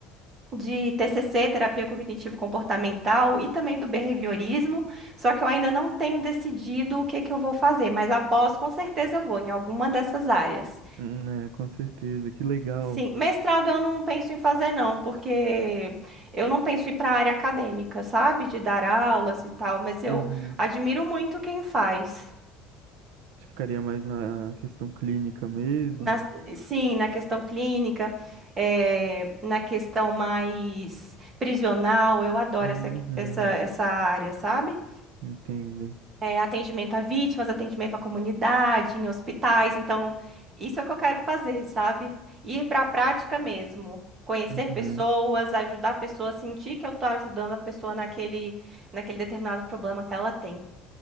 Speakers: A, on the right (about 20°); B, on the right (about 75°).
A: de TCC, terapia cognitivo-comportamental, e também do behaviorismo. Só que eu ainda não tenho decidido o que que eu vou fazer, mas após, com certeza eu vou em alguma dessas áreas.
B: Hum, é, com certeza. Que legal.
A: Sim, mestrado eu não penso em fazer, não, porque eu não penso em ir para a área acadêmica, sabe? De dar aulas e tal, mas eu
B: Uhum.
A: admiro muito quem faz.
B: Você ficaria mais na questão clínica mesmo?
A: Na- sim, na questão clínica, eh, na questão mais prisional, eu adoro
B: Uhum.
A: essa, essa, essa área, sabe?
B: Entendo.
A: é, atendimento a vítimas, atendimento à comunidade, em hospitais. Então, isso é o que eu quero fazer, sabe? Ir para a prática mesmo. Conhecer
B: Uhum.
A: pessoas, ajudar a pessoa, sentir que eu estou ajudando a pessoa naquele, naquele determinado problema que ela tem.